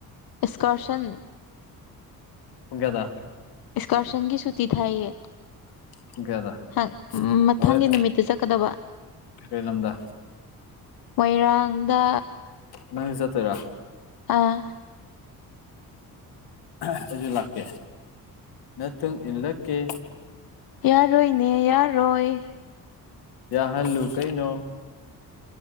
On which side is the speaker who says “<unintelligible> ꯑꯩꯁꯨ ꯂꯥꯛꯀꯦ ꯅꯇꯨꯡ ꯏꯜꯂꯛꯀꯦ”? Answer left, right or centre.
Left